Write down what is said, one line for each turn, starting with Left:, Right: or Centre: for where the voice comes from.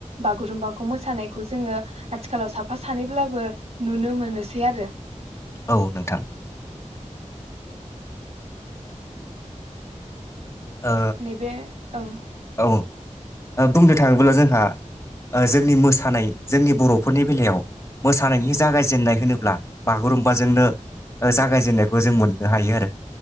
Right: बागुरुम्बाखौ मोसानायखौ जोङो, आथिखालाव साफा सानैब्लाबो नुनो मोनोसै आरो।
Left: औ नोंथां ओ
Right: नैबे ओं
Left: औ, बुंनो थाङोब्ला जोंहा ओ जोंनि मोसानाय जोंनि बर'फोरनि बेलायाव मोसानायनि जागायजेनन्नाय होनोब्ला बागुरुमबाजोंनो जागायजेननायखौ जों मोननो हायो आरो,